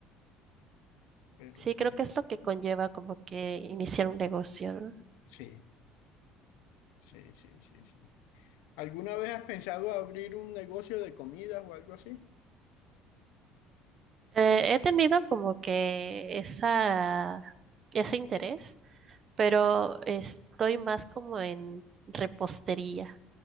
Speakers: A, on the left; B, on the right.
A: pero
B: Sí, creo
A: no.
B: que es lo que conlleva como que iniciar un negocio, ¿no?
A: sí, sí, sí, sí, sí. ¿Alguna vez has pensado abrir un negocio de comidas o algo así?
B: Eh, he tenido como que esa, ese interés, pero estoy más como en repostería,